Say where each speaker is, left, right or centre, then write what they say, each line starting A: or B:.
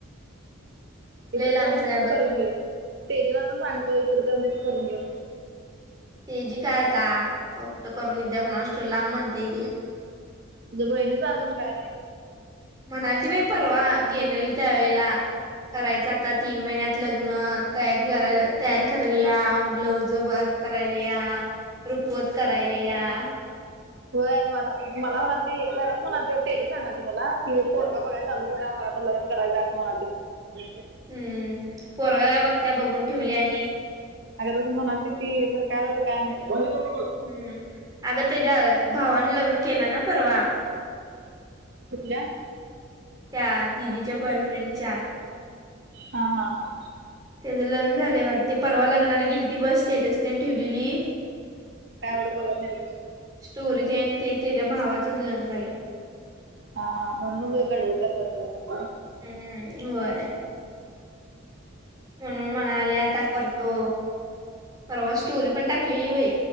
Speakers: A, on the right; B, on the right.
A: इचलकरंजीत
B: लय लांबच काय
A: च
B: बघता
A: करुन घे. तेेजूला पण सांगतो इचलकरंजीत करून घेऊ
B: तेजी काय आता कुठं करून येत्या कोणास ठाऊक लांब म्हणते ती
A: तुझ्या बहिणीचा अजून काही नाही.
B: म्हणाल की बाई परवा गेलेल त्यावेेळेला. करायच आता तीन महिन्यात लग्न तयारी करायला तयार करायला या ब्लाऊज वर्क करायले या, रुखवत करायले या
A: होय मला मला म्हणाल ती घरात म्हणाल त तेजी सांगाली मला पोरगा बागयच चालू करा. मला आता लग्न करायचे असं म्हणाल ती
B: हम्म पोरगा बघत्या बघून ठेवल्या आणि
A: अग तसं म्हणाल ती खरं काय झालं काय माहित
B: हम्म अगं त्याच्या भावाने लग्न केलं ना परवा
A: कुठल्या?
B: त्या दिदीच्या बॉयफ्रेंडच्या
A: हा हा हा
B: त्याचं लग्न झालंयवर ते परवा लग्नाला गेली ती बस स्टेटस त्यांनी ठेवलेली.
A: काय एवढं बघत नाही
B: स्टोरी ते आणि ते त्याच्या भावाचच लग्न झाले.
A: हा म्हणून गडबड कर ोड.
B: हम्म होय. म्हणून म्हणाले आता करतो परवा स्टोरी पण टाकलेली बाई.